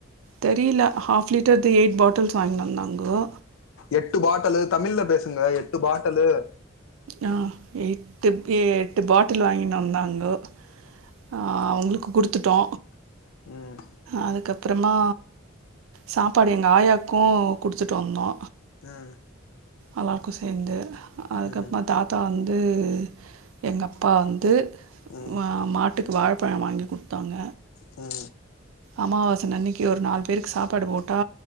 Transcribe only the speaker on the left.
எட்டு பாட்டலு தமிழ்ல பேசுங்க எட்டு பாட்டலு
ம்
ம்
ம்
ம்
ம்